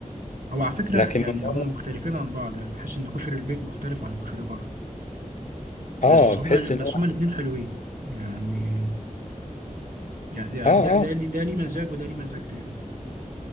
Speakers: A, on the right; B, on the left.
A: هو على فكرة
B: لكن
A: يعني
B: من بره
A: هما مختلفين عن بعض يعني بحس إن كشري البيت مختلف عن كشري بره بس
B: اه بحس
A: هما بس
B: ان هو
A: هما الاتنين حلوين يعني يعني
B: اه
A: ده
B: اه
A: ده ليه ده ليه مزاج وده ليه مزاج تاني